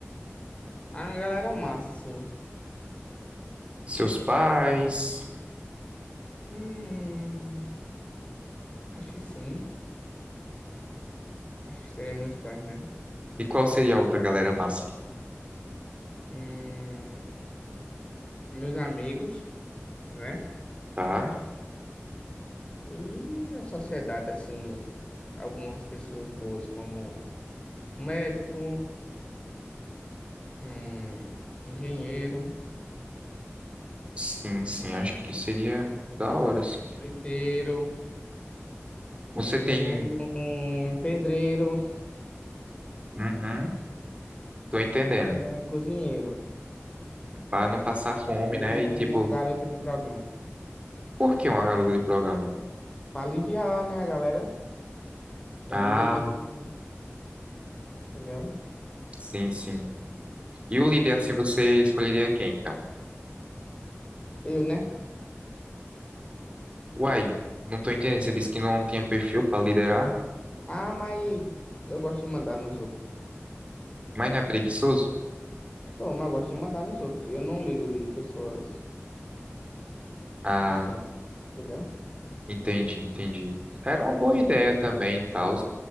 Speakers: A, on the left; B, on the right.
A: A galera massa, assim,
B: Seus pais?
A: pra... Hum, acho que sim. Acho que seriam meus pais mesmo.
B: E qual seria a outra galera massa?
A: Hum, meus amigos, né?
B: Tá?
A: E a sociedade, assim, algumas pessoas boas como um médico, um engenheiro,
B: Sim, sim,
A: um
B: acho que seria da hora, sim.
A: pinteiro,
B: Você
A: Um
B: tem.
A: pedreiro,
B: Uhum, tô entendendo.
A: um cozinheiro
B: Pra não passar fome,
A: e
B: né? E
A: uma
B: tipo,
A: garota de programa.
B: por que uma garota de programa?
A: Pra aliviar, né, a galera? Um
B: Ah,
A: líder tem que. Entendeu?
B: sim, sim. E o líder, assim, você escolheria quem, então?
A: Eu, né?
B: Uai, não tô entendendo. Você disse que não tinha perfil pra liderar,
A: Ah, mas eu gosto de mandar nos outros.
B: mas não é preguiçoso?
A: Tô, mas eu gosto de mandar nos outros. Eu não ligo de pessoas
B: Ah,
A: assim, entendeu?
B: entendi, entendi. Era uma boa ideia também, tal.